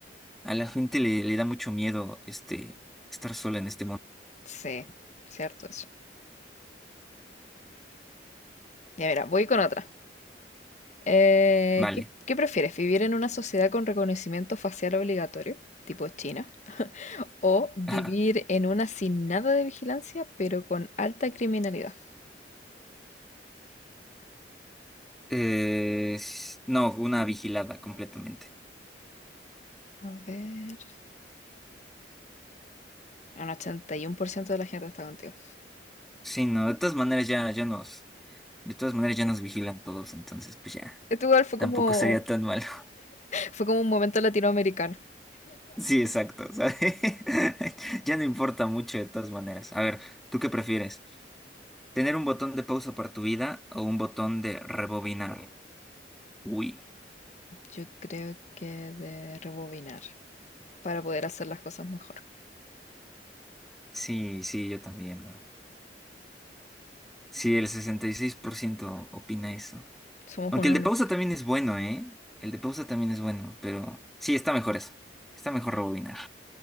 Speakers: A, in the centre; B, on the left.
A: A la gente le, le da mucho miedo este estar sola en este mundo.
B: Sí, cierto eso. Ya, mira, voy con otra. Eh,
A: Vale.
B: ¿qué, qué prefieres? ¿Vivir en una sociedad con reconocimiento facial obligatorio, tipo China? ¿O vivir
A: <laughs>
B: en una sin nada de vigilancia, pero con alta criminalidad?
A: Eh, s- no, una vigilada completamente.
B: A ver. Un 81% de la gente está contigo.
A: Sí, no, de todas maneras ya, ya nos, de todas maneras ya nos vigilan todos, entonces pues ya,
B: Esto igual fue
A: tampoco
B: como,
A: sería tan malo. <laughs>
B: fue como un momento latinoamericano.
A: Sí, exacto, ¿sabes? <laughs> Ya no importa mucho de todas maneras. A ver, ¿tú qué prefieres? ¿Tener un botón de pausa para tu vida o un botón de rebobinar? Uy,
B: Yo creo que de rebobinar para poder hacer las cosas mejor.
A: sí, sí, yo también. Sí, el 66% opina eso.
B: Somos
A: Aunque
B: uno,
A: el de
B: no.
A: pausa también es bueno, ¿eh? El de pausa también es bueno, pero sí, está mejor eso. Está mejor rebobinar.